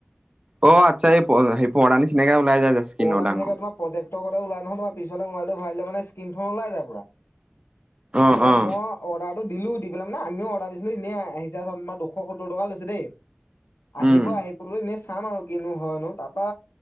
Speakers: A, on the right (about 25°); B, on the left (about 80°).
A: অ আত্চ্ছা এই সেই পৰদা নিচিনাকে ওলাই যায় যে। স্কিনৰ
B: পৰ্ডাৰ
A: ডাঙৰ
B: নিচিনাকে তোমাৰ প্ৰজেক্টৰ গতে ওলাই নহয়, তোমাৰ পিছফালে মোবাইটো ভৰাই দিলে মানে স্ক্ৰীণখন ওলাই যায় পুৰা।
A: অ',
B: তাপা
A: অ',
B: ম অৰ্ডাৰটো দিলো, দি পেলাই মানে আমিও অৰ্ডাৰ দিছিলোঁ এনে এহেজাৰ চাম দুশ সত্তৰ টকা লৈছে দেই। আহিব
A: উম,
B: আহিব বুলি এনেই চাম আৰু কিনো হয়নো। তাৰপা